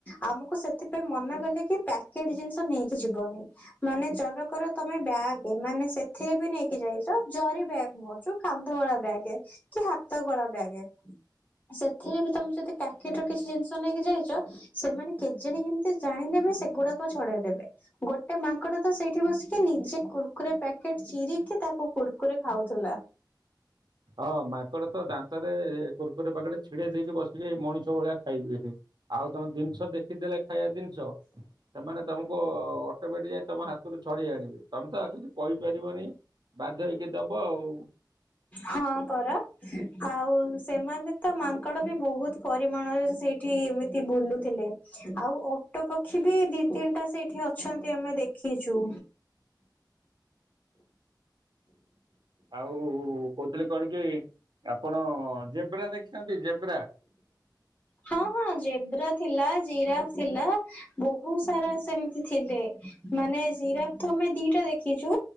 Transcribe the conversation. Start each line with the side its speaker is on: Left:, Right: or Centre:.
Left: ଆମକୁ ସେଥିପାଇଁ ମନା ଗଲେ କି ପ୍ୟାକେଟ ଜିନିଷ ନେଇକି ଯିବନି। ମାନେ ଚରକର ତମେ ବ୍ୟାଗ, ମାନେ ସେଥିରେ ବି ନେଇକି ଯାଇଛ, ଜରି ବ୍ୟାଗ୍ ନୁହଁ, ଯୋଉ କାନ୍ଧଗଳା ବ୍ୟାଗେ କି ହାତଗଳା ବ୍ୟାଗେ? ସେଥିରେ ବି ତମେ ଯଦି ପ୍ୟାକେଟ ର କିଛି ଜିନିଷ ନେଇକି ଯାଇଚ ସେମାନେ କେଜାଣି କେମିତି ଜାଣି ନେବେ ସେଗୁରାକ ଛଡ଼ାଇଦେବେ। ଗୋଟେ ମାଙ୍କଡ ତ ସେଇଠି ବସିକି ନିଜେ କୁର୍କୁରେ ପ୍ୟାକେଟ ଚିରିକି ତାକୁ କୁର୍କୁରି ଖାଉଥୁଲା।
Right: ଅଁ ମାଙ୍କଡ ତ ଦାନ୍ତରେ କୁର୍କୁରି ପାକେଟେ ଛିଡେଇ ଦେଇକି ବସିକି ମଣିଷ ଭଳିଆ ଖାଇବେ। ଆଉ ତମ ଦିନିଷ ଦେଖିଦେଲେ ଖାୟା ଦିନିଷ ସେମାନେ ତମକୁ ଅ <unintelligible> ତମ ହାତରୁ ଛଡେଇ ଆଣିବେ। ତମେ ତ ଆ <unintelligible> କଇପାରିବନି ବାଧ୍ୟ ହେଇକି ଦବ ଆଉ।
Left: ହଁ ପରା। ଆଉ ସେମାନେ ତ ମାଙ୍କଡ ବି ବହୁତ୍ ପରିମାଣରେ ସେଇଠି ଏମିତି ବୁଲୁଥିଲେ। ଆଉ ଓଟୋ ପକ୍ଷୀ ବି ଦି, ତିନ୍ ଟା ସେଇଠି ଅଛନ୍ତି ଆମେ ଦେଖିଚୁ।
Right: ଆଉ କଉତିଲେ କଣ କି ଆପଣ ଜେବ୍ରା ଦେଖିଚନ୍ତି ଜେବ୍ରା?
Left: ହଁ ହଁ ଜେବ୍ରା ଥିଲା ଜିରାଫ୍ ଥିଲା। ବହୁ ସାରା ସେମିତି ଥିଲେ ମାନେ ଜିରାପ୍ ତ ଆମେ ଦିଟା ଦେଖିଚୁ